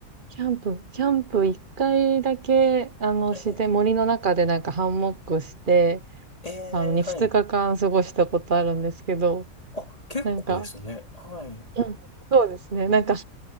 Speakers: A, on the right; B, on the left.
A: キャンプキャンプ1回だけ、あの、
B: え
A: 自然森の中でなんかハンモックして、
B: え、えーはい。
A: あの、に2日間過ごしたことあるんですけど、
B: あ、結構ですね。
A: なんか
B: はい。
A: うん、そうですね、なんか